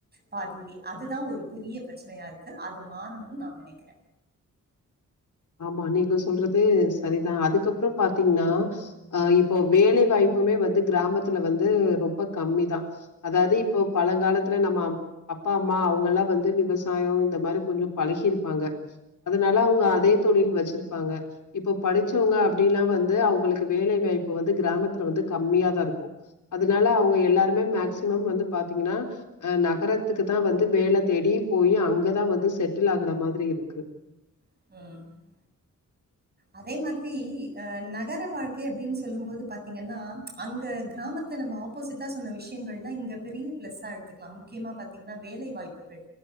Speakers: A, on the right; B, on the left.
A: பாதிலியே அதுதான் ஒரு பெரிய ப்ரெச்சனையா இருக்கு அது மாறணுனு நா நினைக்கிற
B: ஆமா நீங்க சொல்றது சரிதா அதுக்கப்புறோ பாத்தீங்னா அ இப்போ வேலைவாய்ப்புமே வந்து கிராமத்துல வந்து ரொம்ப கம்மிதான் அதாது இப்போ பழங்காலத்துல நம்ம அப்பா அம்மா அவங்கல்லாம் வந்து விவசாயம் இந்த மாரி கொஞ்ஜோ பழகிருப்பாங்க அதனால அவுங்க அதே தொழில் வச்சிருப்பாங்க இப்போ படிச்சவங்க அப்டிலா வந்து அவங்களுக்கு வேலை வாய்ப்பு வந்து கிராமத்துல வந்து கம்மியாதா இருக்கும் அதுனால அவங்க எல்லாருமே மேக்சிமம் வந்து பாத்தீங்னா அ நகரத்துக்கு தா வந்து வேல தேடி போய் அங்கதா வந்து செட்டில் ஆகற மாதிரி இருக்கு
A: <unintelligible>
B: <inaudible>
A: அதே மாதிரிஅ நகர வாழ்க்கை அப்டின் சொல்லும் போது பாத்தீங்கன்னா அங்க கிராமத் இங்க நம்ம ஆப்போசிட்டா சொன்ன விஷயங்கள்லா இங்க பெரிய பிளஸ்ஸா எடுத்துக்கலா முக்கியமா பாத்தீங்னா வேலை வாய்ப்புகள்